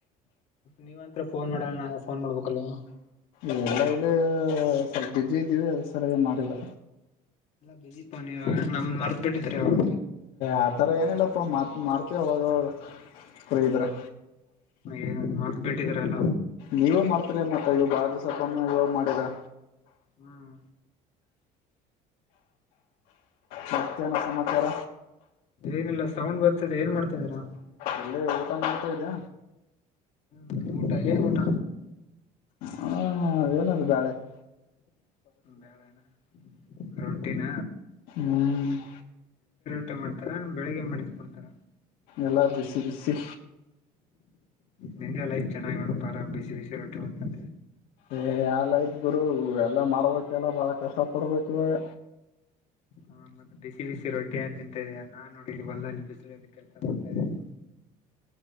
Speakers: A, on the left; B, on the left.
A: ನೀವಂತತ್ರ ಫೋನ್ ಮಾಡಲ್ಲ ನಾನೆ ಫೋನ್ ಮಾಡ್ಬೇಕಲ್ವಾ
B: ಎಲ್ಲ ಇಲ್ಲಿ ಸ್ವಲ್ ಬಜಿ ಇದ್ದೀವಿ ಅ ಸರಿಯಾಗಿ ಮಾಡಿಲ್ಲ
A: ಬಿಜಿಪ್ಪ ನೀವು ಇವಾಗ ನಮ್ ಮರ್ತ್ ಬಿಟ್ಟಿದ್ರ ಈವಾಗ
B: ಆತರ ಏನಿಲ್ಲಪ್ಪ ಮತ್ ಮಾಡ್ತ ಹೋಗ ಫ್ರೀ ಇದ್ರೆ
A: ಏನ ಮರ್ತ್ ಬಿಟ್ಟಿದ್ರ ಎಲ್ಲ
B: ನೀವೇ ಮಾಡ್ತರಿ ಮತ್ ಬಾಳ ದಿವಸ ಆಯ್ತು ಈವಾಗ ಮಾಡಿರಾ
A: ಹ್ಮ್
B: ಮತ್ತೇನ ಸಮಾಚಾರ
A: ಏನಿಲ್ಲ ಸೌಂಡ್ ಬರ್ತದೆ ಏನ್ ಮಾಡ್ತಾ ಇದೀರ
B: ಇಲ್ಲಿ ಊಟ ಮಾಡ್ತಾ ಇದ್ದೆ
A: ಹ್ಮ ಊಟ ಏನು ಊಟ
B: ಹಾ ಅ ಏನದು ಬ್ಯಾಳೆ <inaudible>
A: ಬೇಳೆನಾ ರೊಟ್ಟಿನ
B: ಹ್ಮ್ <inaudible>
A: ಇಷ್ಟ ಮಾಡ್ತಾರ ಬೆಳಿಗ್ಗೆ ಮಾಡಿಸ್ ಕೊಡ್ತಾರ
B: ಎಲ್ಲ ಬಿಸಿ ಬಿಸಿ
A: ನಿಂದೇ ಲೈಫ್ ಚೆನ್ನಾಗಿ ನೋಡಪಾಅರಾಮ್ ಬಿಸಿ ಬಿಸಿ ರೊಟ್ಟಿ ಉಣಕ
B: ಏ ಯಾವ್ ಲೈಫ್ ಗುರು ಎಲ್ಲ ಮಾಡ್ಬೇಕೆಲ್ಲ ಬಾಳ ಕಷ್ಟ ಪಡ್ಬೇಕ ಇವಾಗ
A: ಹಾ ಮತ್ತೆ ಬಿಸಿ ಬಿಸಿ ರೊಟ್ಟಿಯ ಯಾದ್ರು ತಿಂತಾಇದಿಯಾ ನಾನ್ ನೋಡಿ ಇಲ್ಲಿ ಹೊಲದಲ್ಲಿ ಬಿಸಲಿ ಕೆಲಸ ಮಾಡ್ತಾ ಇದೇನಿ